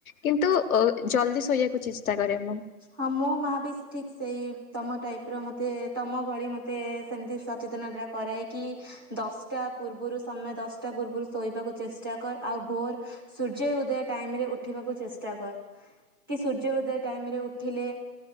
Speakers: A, on the left (about 60°); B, on the right (about 15°).
A: କିନ୍ତୁ ଓ ଜଲଦି ଶୋଇବାକୁ କରେ ମୁଁ।
B: ହଁ ମୋ ମା ବି ଠିକ ସେଇ ତମ ଟାଇପ ର ମତେ ତମ ଭଳି ମତେ ସେମତି ସଚେତନତା କରାଏ କି, ଦଶଟା ପୂର୍ବରୁ ସମୟ ଦଶଟା ପୂର୍ବରୁ ଶୋଇବାକୁ ଚେଷ୍ଟା କର ଆଉ ଭୋର ସୂର୍ଯ୍ୟ ଉଦୟ ଟାଇମ ରେ ଉଠିବାକୁ ଚେଷ୍ଟା କର କି ସୂର୍ଯ୍ୟ ଉଦୟ ଟାଇମ ରେ ଉଠିଲେ